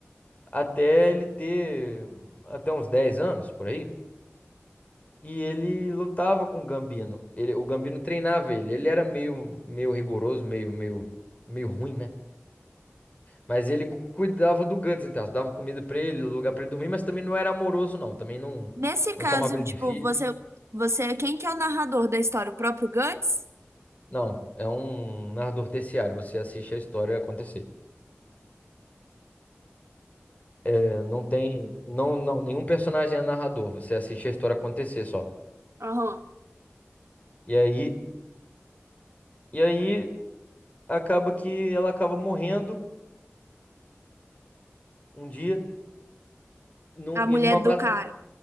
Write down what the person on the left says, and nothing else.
até ele ter até uns 10 anos, por aí. E ele lutava com o Gambino. Ele, o Gambino treinava ele. Ele era meio, meio rigoroso, meio, meio, meio ruim, né? Mas ele cu- cuidava do Guts, então, dava comida pra ele, lugar pra ele dormir, mas também não era amoroso, não. Também não,
não chamava ele
de filho.
Não, é um narrador terciário, você assiste a história acontecer. É, não tem, não, não, nenhum personagem é narrador, você assiste a história acontecer só.
E aí, e aí acaba que ela acaba morrendo um dia num,
e numa batalha.